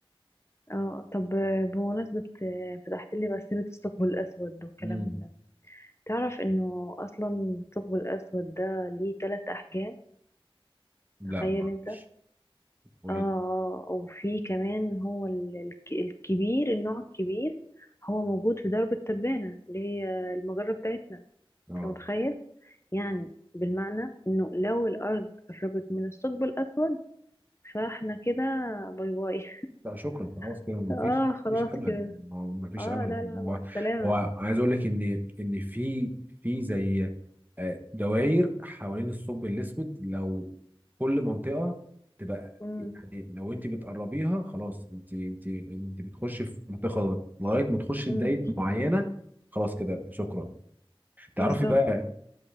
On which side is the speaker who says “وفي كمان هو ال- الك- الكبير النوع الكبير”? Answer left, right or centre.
Left